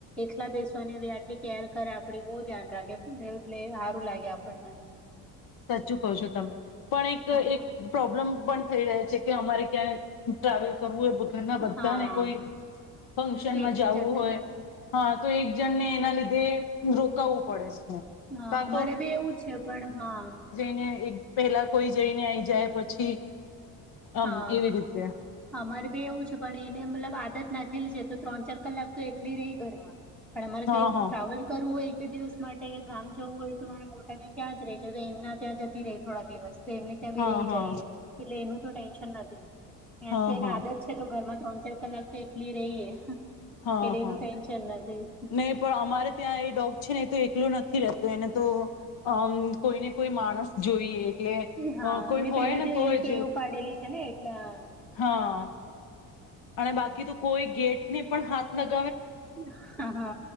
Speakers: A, in the centre; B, on the left.
A: એકલા બેસવાની રહે આપડી કેર કરે આપડી બ ધ્યાન રાખે એટલે હારું લાગે આપ બન્ન
B: સાચું કહો છો તમે પણ એક
A: હા
B: એક પ્રોબ્લમ પણ થઈ જાય કે અમારે ક્યાં ટ્રાવેલ કરવું હોય ઘરના બધાને
A: હા
B: કોઈ ફંક્શનમાં
A: એક
B: જવુ
A: જણને
B: હોય હા તો એક જણને એના લીધે રોકાવવું પડે છે
A: હા
B: કાં
A: અમારે બી એવું છે પણ હા
B: ને એક પેલા કોઈ જઈને આઈ જાય પછી આમ
A: હા
B: એવી રીતે
A: અમારે બેી એવું પણ એને મતલબ આદત નાખેલી છે તો ત્રણ ચાર કલાક તો એકલી રહી ઘરમાં પણ અમારે
B: હા
A: કઈ ટ્રાવેલ
B: હા
A: કરવું હોય બે દિવસ માટે કે ગામ જવું હોય તો તમારે મો- ત્યાં રહી છે તો એમના ત્યાં જતી રહી થોડા <inaudible> તો એમને ત્યાં
B: હા
A: બી રહી
B: હા
A: જઈએ એટલે એનું તો ટેન્શન નથી એમ
B: હા
A: તો
B: હા
A: એને આદત છે તો ઘર માં તોચ કલાક તો એટલી રહીએ એટલે
B: હા
A: એનું
B: હા
A: ટેન્શન નથી
B: નહી પણ અમારે ત્યાં એ ડોગ છે ને એ તો એક લો નથી રહેતો એને તો અ કોઈને કોઈ માણસ જોઈએ એટલે
A: હા
B: અ કોઈ
A: એને
B: હોય
A: પેલા
B: ને
A: તો
B: તોય
A: એવી ટેવ
B: જ
A: પાડેલી છે ને. એટલા
B: હા અને બાકી તો કોઈ ગેટની પણ હાથ લગ
A: હ હા